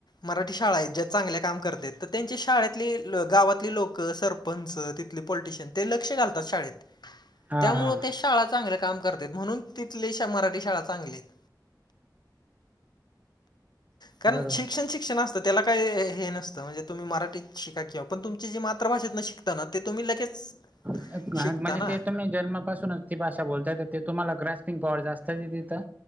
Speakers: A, on the left; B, on the right.
A: मराठी शाळा आहेत ज्या चांगल्या काम करते तर त्यांचे शाळेतले गावातली लोक सरपंच. त पाॅलिटेशन लक्ष घालतात शाळेत
B: हा
A: त्यामुळे
B: हा
A: शा चांगलं काम करते. म्हणून तिथले श मराठी शाळा चांगले आहेत. कारण
B: बरोबर
A: शिक्षण शिक्षण असतं. तर त्याला काय हे नसतं म्हणजे तुम्ही मराठीत शिका. किंवा पण तुमची जे मातृ भाषेतन शिकता ना ते तुम्ही लगेच. <unintelligible>
B: नाही
A: शिकता
B: म्हणजे
A: ना
B: ते तुम्ही. जन्मापासूनच ती भाषा बोलता येत. तुम्हाला ग्रास्पिंग पॉवर जास्त तिथं.